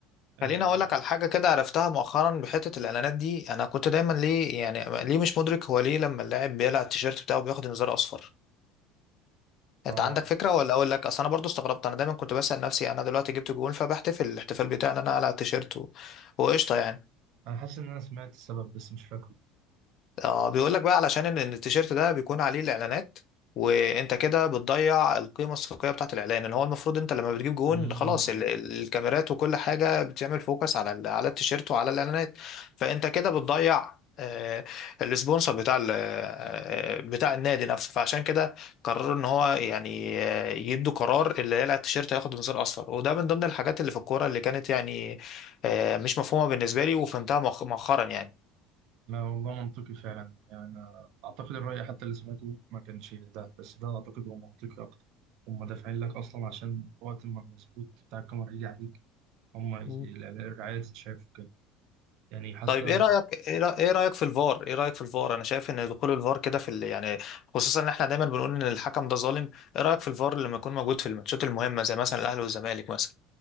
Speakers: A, on the right; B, on the left.
A: اه
B: خليني اقول لك على حاجه كده عرفتها مؤخرا بحته الاعلانات دي انا كنت دايما ليه يعني ليه مش مدرك هو ليه لما اللاعب بيقلع التيشيرت بتاعه بياخد انذار اصفر انت
A: آه،
B: عندك فكره ولا اقول لك اصل انا برضو استغربت انا دايما كنت بسال نفسي انا دلوقتي جبت جون فبحتفل الاحتفال بتاعي ان انا على التيشيرت و- وقشطه يعني
A: انا حاسس ان انا سمعت السبب بس مش
B: اه بيقول لك بقى علشان ان إن التيشيرت ده بيكون عليه الاعلانات وانت كده بتضيع القيمه السوقيه بتاعت الاعلان اللي هو المفروض انت لما بتجيب جون
A: فاكره
B: خلاص ال- ال- الكاميرات وكل حاجه بتعمل فوكس على ال- على التيشيرت وعلى الاعلانات فانت كده بتضيع آه، السبونسر بتاع ال- آه، بتاع النادي نفسه فعشان كده قرروا ان هو يعني آه، يدوا قرار اللي يقلع التيشيرت هياخد انذار اصفر وده من ضمن الحاجات اللي في الكوره اللي كانت يعني آه، مش مفهومه بالنسبه لي وفهمتها مؤخ- مؤخرا يعني
A: لا والله منطقي فعلا يعني أنا أعتقد الرأي حتى اللي سمعته ما كانش ده بس ده أعتقد هو منطقي أكتر هم دافعين لك أصلا عشان وقت ما المظبوط بتاع الكاميرا يجي عليك هم ي- ال-
B: مم.
A: ال- الرعاية تتشاف كده يعني حتى
B: طيب ايه رايك ايه رأ- إيه رايك في الفار ايه رايك في الفار انا شايف ان دخول الفار كده في ال... يعني خصوصا ان احنا دايما بنقول ان الحكم ده ظالم ايه رايك في الفار لما يكون موجود في الماتشات المهمه زي مثلا الاهلي والزمالك مثلا